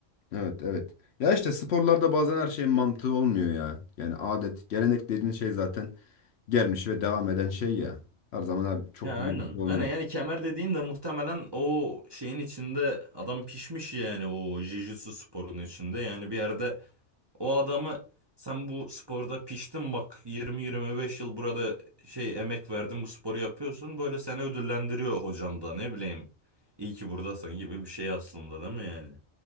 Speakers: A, on the left (about 60°); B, on the right (about 25°).
A: Evet, evet. Ya işte sporlarda bazen her şeyin mantığı olmuyor ya. Yani adet, gelenek dediğin şey zaten gelmiş ve devam eden şey ya. Her zaman her çok
B: Ya
A: bir
B: aynen.
A: mantığı olmuyor.
B: Aynen yani kemer dediğin de muhtemelen o şeyin içinde adam pişmiş yani o jiu-jitsu sporunun içinde. Yani bir yerde o adamı sen bu sporda piştin bak 20-25 yıl burada şey emek verdin bu sporu yapıyorsun. Böyle seni ödüllendiriyor hocan da ne bileyim. İyi ki buradasın gibi bir şey aslında değil mi yani?